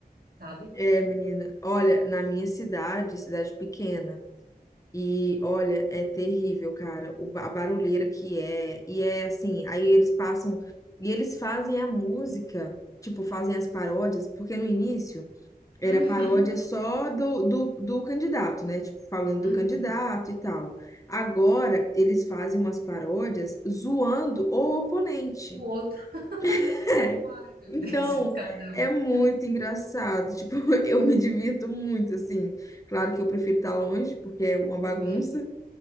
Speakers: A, on the right (about 70°); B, on the left (about 20°).
A: sabe?
B: É, menina. Olha, na minha cidade, cidade pequena, e olha, é terrível, cara, o, ba- a barulheira que é. E é assim, aí eles passam, e eles fazem a música, tipo, fazem as paródias, porque no início. Era
A: Uhum.
B: paródia só do, do, do candidato, né? Tipo, falando do
A: Uhum.
B: candidato e tal. Agora, eles fazem umas paródias zoando o oponente.
A: O outro,
B: <laughs>
A: <laughs> ai meu
B: Então,
A: Deus, <laughs> cada
B: é
A: um.
B: muito engraçado. Tipo, <laughs> eu me divirto muito, assim. Claro que eu prefiro estar longe, porque é uma bagunça,
A: Uhum,